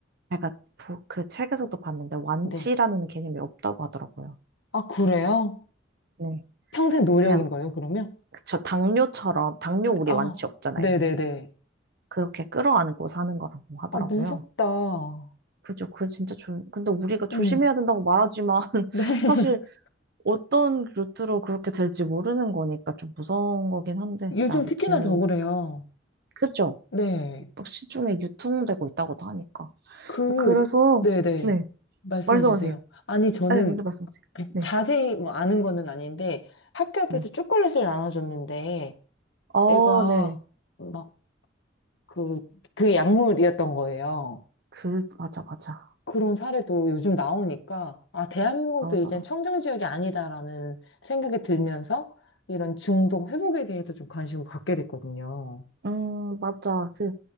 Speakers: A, on the right; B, on the left.
A: 제가 보- 그 책에서도 봤는데 완치라는
B: 네.
A: 개념이 없다고 하더라고요.
B: 아, 그래요?
A: 네.
B: 평생 노력인
A: 그냥
B: 거예요, 그러면?
A: 저 당뇨처럼 당뇨 우리
B: 아,
A: 완치 없잖아요.
B: 네네네.
A: 그렇게 끌어안고 사는 거라고 하더라고요.
B: 아, 무섭다.
A: 그죠? 그 진짜 조, 근데 우리가 조심해야
B: 음,
A: 된다고 말하지만 <laughs>
B: 네. <laughs>
A: 사실 어떤 루트로 그렇게 될지 모르는 거니까 좀 무서운 거긴 한데
B: 요즘
A: 아무튼
B: 특히나 더 그래요.
A: 그죠?
B: 네.
A: 막 시중에 유통되고 있다고도 하니까.
B: 그,
A: 그래서
B: 네네.
A: 네.
B: 말씀해
A: 말씀하세요.
B: 주세요. 아니, 저는
A: 아니, 먼저 말씀하세요. 네.
B: 자세히 뭐 아는 거는 아닌데 학교 앞에서
A: 네.
B: 초콜릿을 나눠줬는데
A: 어,
B: 애가
A: 네.
B: 막 그, 그 약물이었던 거예요.
A: 그, 맞아, 맞아.
B: 그런 사례도 요즘 나오니까 아, 대한민국도
A: 나오더라고.
B: 이젠 청정지역이 아니다라는 생각이 들면서 이런 중독 회복에 대해서 좀 관심을 갖게 됐거든요.
A: 음, 맞아. 그,